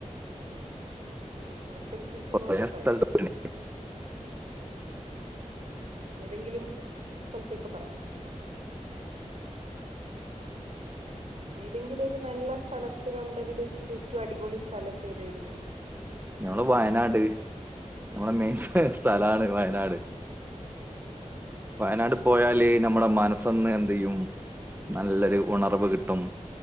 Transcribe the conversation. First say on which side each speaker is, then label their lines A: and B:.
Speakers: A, on the right; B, on the right.
A: എന്നാ അവിടത്തെ വിശേഷങ്ങളൊക്കെ
B: കൊറേ സ്ഥലത്ത്
A: പറയ്
B: പോയിട്ടുണ്ട്.
A: കേക്കട്ടെ ഏതെങ്കിലും ഒരു സ്ഥലത്തേക്ക് പറ ഏതെങ്കിലു ഒരു നല്ല സ്ഥലത്ത് കണ്ടതില് വെച്ചിട്ട് ഏറ്റവും അടിപൊളി സ്ഥലൊക്കെ ഏതേര്ന്ന്
B: ഞങ്ങള് വയനാട് നമ്മളെ മെയിൻ സ്ഥലാണ് വയനാട് വയനാട് പോയാല്
A: ഓ
B: ഞമ്മടെ മനസ്സൊന്ന് ന്തെയും നല്ലൊരു ഉണർവ് കിട്ടും